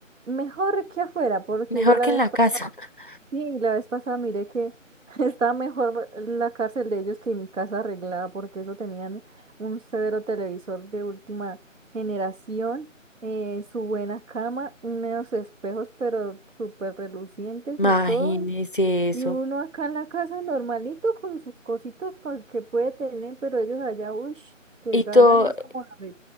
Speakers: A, on the right (about 70°); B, on the left (about 40°).
A: mejor que afuera, porque
B: mejor
A: yo la
B: que
A: vez
B: en la
A: pasada,
B: casa. <laughs>
A: sí, la vez pasada miré que <laughs> estaba mejor la cárcel de ellos que mi casa arreglada, porque eso tenían un severo televisor de última generación, eh, su buena cama, unos espejos pero súper relucientes
B: Imagínese
A: y todo,
B: eso.
A: y uno acá en la casa normalito con sus cositas con que puede tener, pero ellos allá, uy, te
B: Y
A: ganan,
B: todo,
A: es como la